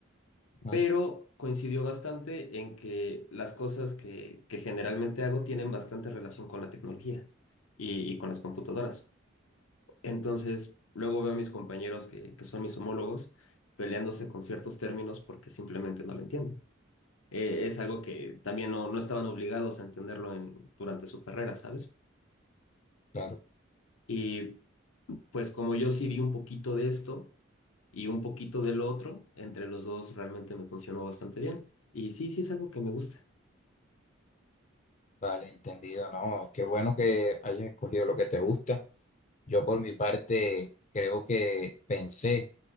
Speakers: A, on the left; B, on the left.
A: ujú,
B: pero coincidió bastante en que las cosas que, que generalmente hago tienen bastante relación con la tecnología y, y con las computadoras. Entonces, luego veo a mis compañeros que, que son mis homólogos peleándose con ciertos términos porque simplemente no lo entienden. Eh, es algo que también no, no estaban obligados a entenderlo en, durante su carrera, ¿sabes?
A: Claro,
B: Y pues como yo sí vi un poquito de esto y un poquito del otro, entre los dos realmente me funcionó bastante bien. Y sí, sí es algo que me gusta.
A: vale, entendido, ¿no? Qué bueno que hayas escogido lo que te gusta. Yo por mi parte creo que pensé